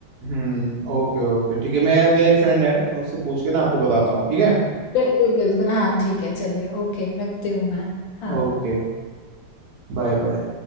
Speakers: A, on the right; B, on the left.
A: हम्म ओके ओके ठीक है मेरा मेरा एक फ्रेंड है मैं उससे पूछ के ना आपको बताता हूँ ठीक है
B: बिल्कुल बिल्कुल हाँ ठीक है चलिए ओके रखती हूँ मैं हाँ
A: ओके Bye bye